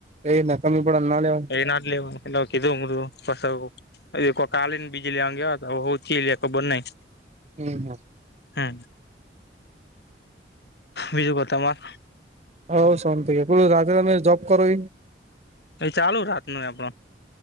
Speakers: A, on the right (about 40°); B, on the left (about 70°).
A: એ નકામી પડે ના લેવાય.
B: એના જ લેવાય એને કીધું મુું ફસાહું. કોક આલીન બીજી લેવાની કેતાતા <unintelligible> ખબર નઈ
A: હમ્મ અમ.
B: હ અ બીજું કો તમાર
A: હવ શો હે પેલું રાત્રે તમે જોબ કરો ઇ.
B: એ ચાલુ રાત નું આપણ.